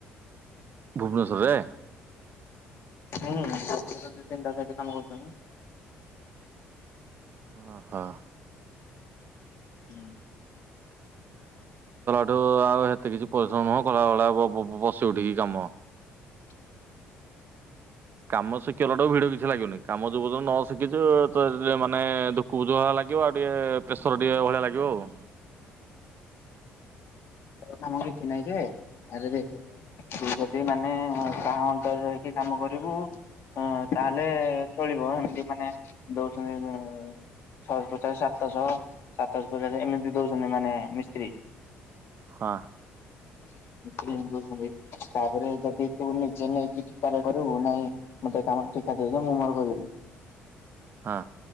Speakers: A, on the right; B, on the left.
A: ଭୁବନେଶ୍ୱରରେ?
B: ହୁଁ, ଦି, ତିନଟା ସାଇଟ୍ ରେ କାମ କରୁଚନି।
A: ଓ ହୋ।
B: ହୁଁ।
A: ତୁ ଆଉ ହେତେ କିଛି ପରିଶ୍ରମ ନୁହଁ କଳାବେଳେ ବ-ବୁ-ବସିି ଉଠିକି କାମ।
B: ହଁ
A: କାମ ଶିକି ଗଲାଠୁ ଭିଡ କିଛି ଲାଗିବନି। କାମ ଯୋଉ ପ ତୁ ନ ଶିକିଛୁ ତ ଯେ ମାନେ ଦୁକୁଧୁଆ ଲାଗିବ ଆଉ ଟିକେ ପ୍ରେସର୍ ଟିକେ ଭଳିଆ ଲାଗିବ ଆଉ।
B: କାମ କିଛି ନାହିଁ ଯେ ହେଲେ ବି ହି ତୁ ଯଦି ମାନେ କାହା ଅଣ୍ଡରେ ରହିକି କାମ କରିବୁ ହଁ ତାହେଲେ ଚଳିବ ହେମିତି ମାନେ ଦଉଛନ୍ତି ଯେ ଛଅଶହ ପଚାଶ, ସାତଶହ, ସାତଶହ ପଚାଶ ଏମିତି ଦଉଛନ୍ତି ମାନେ ମିସ୍ତ୍ରୀ।
A: ହଁ।
B: <unintelligible> ଛନ୍ତି ତାପରେ ଯଦି ତୁ ନିଜେ ନେଇକି ଠିକାରେ କରିବୁ ନାଇଁ ମୋତେ ଏ କାମ ଠିକା ଦେଇଦେ ମୁଁ ମୋର କରିବି।
A: ହଁ।